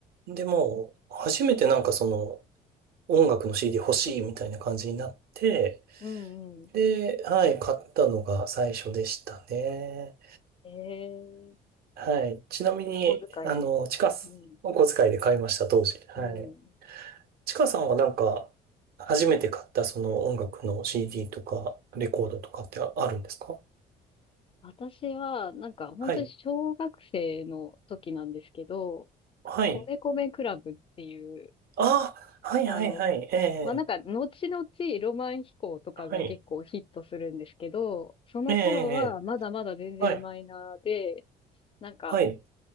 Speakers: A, on the right; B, on the left.
A: でも、初めてなんかその音楽の CD 欲しいみたいな感じになって、
B: うん。
A: で、はい、買ったのが最初でしたね。
B: ええ
A: はい。ちなみに、
B: お小遣いで。
A: あの、ちかさん、
B: うん、
A: お小遣いで買いました、当時。はい。
B: うん。
A: ちかさんはなんか、初めて買ったその音楽の CD とか、レコードとかってあるんですか
B: 私は、なんか本当に小学生の時なんですけど、
A: はい。はい。
B: 米米クラブっていう、
A: ああ、はいはいはい。
B: あの、
A: ええ、
B: まあ、なんか、後々ロマン飛行とかが結構ヒットするんですけど、
A: はい。
B: その頃はまだまだ全然マイナーで、
A: ええ、ええはい。
B: なんか、
A: はい。